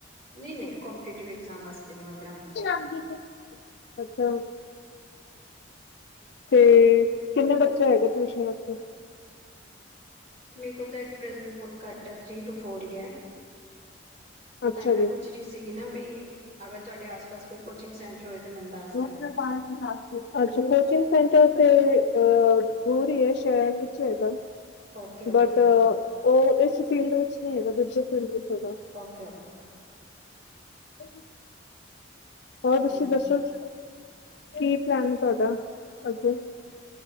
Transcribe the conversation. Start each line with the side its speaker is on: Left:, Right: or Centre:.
Right: ਨਹੀਂ, ਨਹੀਂ ਕੰਮੀਪੀਟੀਟਿਵ ਐਗਜ਼ਾਮ ਵਾਸਤੇ ਨਹੀਂ ਮੈਂ ਪੜਾਂਦੀ।
Left: ਪੰਜ ਹੀ ਕੁ ਅੱਛਾ। ਤੇ, ਕਿੰਨੇ ਬੱਚੇ ਹੈਗੇ ਟਿਊਸ਼ਨ ਵਾਸਤੇ?
Right: ਮੇਰੇ ਕੋਲ ਤਾਂ ਪ੍ਰੈਜੈਂਟ ਬਹੁਤ ਘੱਟ ਐ, ਥਰੀ ਟੂ ਫੋਰ ਈ ਐ।
Left: ਅੱਛਾ
Right: ਤਾਂ ਹੀ ਮੈਂ
Left: ਜੀ
Right: ਪੁੱਛ ਰਹੀ ਸੀਗੀ ਨਾ ਬਈ, ਅਗਰ ਤੁਹਾਡੇ ਆਸ- ਪਾਸ ਕੋਈ ਕੋਚਿੰਗ ਸੈਂਟਰ ਹੋਏ। ਤਾਂ ਮੈਨੂੰ ਦੱਸ ਦੇਣਾ
Left: ਰੋਜ਼ ਮੈਂ ਪਾਣੀ ਡਾਲ ਕੇ ਅੱਛਾ, ਕੋਚਿੰਗ ਸੈਂਟਰ ਤੇ ਦੂਰ ਹੀ ਏ, ਸ਼ਹਿਰ ਵਿੱਚ ਹੋਏਗਾ।
Right: ਓਕੇ ਓਕੇ
Left: ਬਟ ਉਹ, ਇਸ ਫੀਲਡ ਵਿੱਚ ਨਹੀਂ ਹੈਗਾ, ਦੂਸਰੀ ਫੀਲਡ ਵਿੱਚ ਹੈਗਾ।
Right: ਓਕੇ-ਓਕੇ
Left: <unintelligible> ਹੋਰ ਤੁਸੀਂ
Right: ਹਾਂਜੀ
Left: ਦੱਸੋ ਕੀ, ਪਲੈਨ ਏ ਤੁਹਾਡਾ ਅੱਗੇ